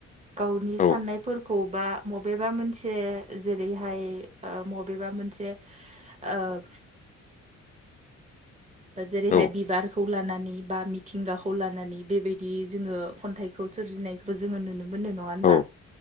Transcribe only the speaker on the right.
गावनि
साननाय बा मबेबा मोन मोनसे जेरैहाय मबेबा मोनसे ओ <inaudible> जेरैहाय
बिबार खौ लानानै बा मिथिंगाखौ लानानै बेबायदि जोंङो खन्थाइखौ सोरजिनायखौ जोंङो नुनो मोनो। मोननो नंङा होनबा